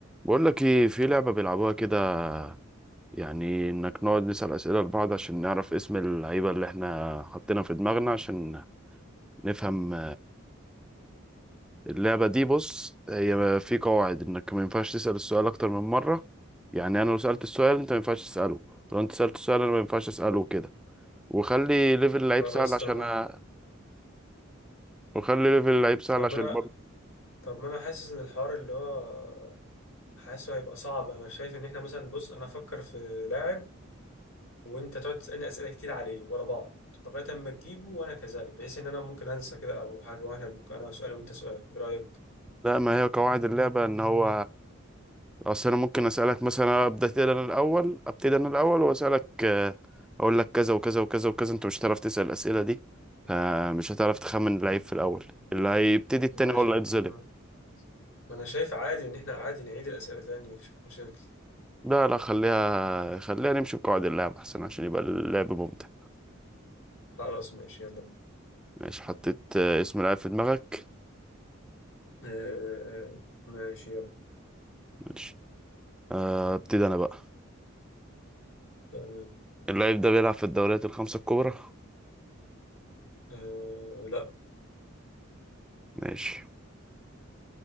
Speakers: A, in the centre; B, on the left.
A: بقول لك ايه في لعبة بيلعبوها كده يعني انك نقعد نسأل أسئلة لبعض عشان نعرف اسم اللعيبة اللي احنا حطينا في دماغنا عشان نفهم اللعبة دي بص هي في قواعد انك ما ينفعش تسأل السؤال اكتر من مرة يعني انا لو سألت السؤال انت ما ينفعش تسأله لو انت سألت السؤال انا ما ينفعش اسأله كده وخلي ليفل اللعيب
B: خلاص
A: سهل عشان
B: تمام
A: أ- وخلي ليفل اللعيب سهل
B: طب
A: عشان
B: انا
A: برضه
B: طب ما انا حاسس ان الحوار اللي هو حاسه هيبقى صعب انا شايف ان احنا مثلا بص انا افكر في لاعب وانت تقعد تسالني اسئله كتير عليه ورا بعض لغايه اما تجيبه وانا كذلك بحيث ان انا ممكن انسى كده او حاجه واحنا بنك... انا سؤال وانت سؤال ايه رايك
A: لا ما هي قواعد اللعبة ان هو اصل انا ممكن اسالك مثلا ابدا انا الاول ابتدي انا الاول واسالك آه، اقول لك كذا وكذا وكذا وكذا انت مش هتعرف تسال الاسئله دي فمش هتعرف تخمن اللعيب في الاول اللي هيبتدي التاني
B: ما انا
A: هو
B: ش...
A: اللي هيتظلم
B: ما... ما انا شايف عادي ان احنا عادي نعيد الاسئله تاني مفيش مشاكل
A: لا لا خليها خليها نمشي بقواعد اللعب احسن عشان يبقى اللعب ممتع
B: خلاص ماشي يلا بينا
A: ماشي حطيت آه، اسم لعيب في دماغك
B: آه... ماشي يلا
A: ماشي آه، ابتدي انا بقى
B: تمام
A: اللعيب ده بيلعب في الدوريات الخمسه الكبرى
B: آه... لا
A: ماشي